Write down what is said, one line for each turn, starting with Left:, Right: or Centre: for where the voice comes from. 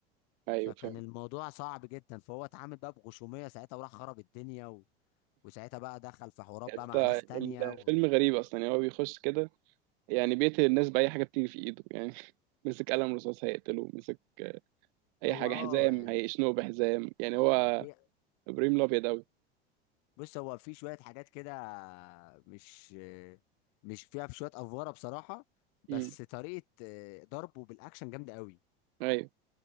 Right: ايوه
Left: فكان
Right: فاهم
Left: الموضوع صعب جدا فهو اتعامل بقى بغشوميه ساعتها وراح خرب الدنيا وساعتها بقى دخل في حوارات
Right: يعني
Left: بقى
Right: أنت
Left: مع ناس تانية
Right: الفيلم
Left: و...
Right: غريب اصلا يعني هو بيخش كده يعني بيقتل الناس بأي حاجة بتيجي في ايده يعني <laughs> مسك قلم رصاص هيقتله مسك آه، اي
Left: هو
Right: حاجة
Left: اه
Right: حزام
Left: يعني
Right: هيشنقه بحزام يعني هو
Left: هي
Right: ابراهيم الابيض اوي
Left: بص هو في شوية حاجات كده مش مش فيها في شوية أفوارة بصراحة بس
Right: امم
Left: طريقة آه، ضربه بالأكشن جامدة قوي
Right: ايوه